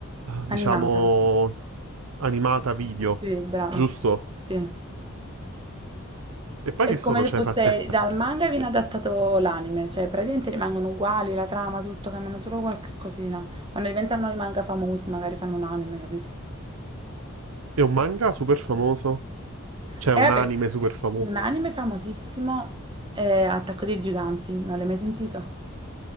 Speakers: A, on the right; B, on the right.
A: diciamo,
B: Animata,
A: animata video,
B: sì, bravo,
A: giusto?
B: sì.
A: E poi
B: È
A: che
B: come
A: sono,
B: se
A: cioè,
B: fosse
A: fatti a...
B: dal manga viene adattato l'anime, cioè praticamente rimangono uguali, la trama, tutto, cambiano solo qualche cosina. Quando diventano i manga famosi magari fanno un anime, capito?
A: È un manga super famoso? C'è
B: E
A: un
B: vabbè,
A: anime super famoso?
B: un anime famosissimo è Attacco dei Giganti, non l'hai mai sentito?